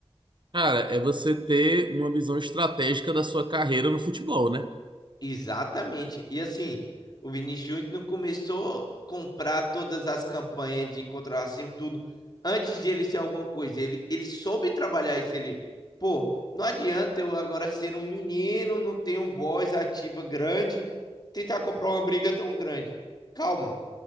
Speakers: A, on the right; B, on the left.
A: cara, é você ter uma visão estratégica da sua carreira no futebol, né?
B: Exatamente. E assim, o Vinícius Júnior não começou a comprar todas as campanhas de contra o racismo, tudo, antes de ele ser alguma coisa. Ele, ele soube trabalhar isso. Ele, pô, não adianta eu agora ser um menino, não ter um voz ativa grande, tentar comprar uma briga tão grande. Calma,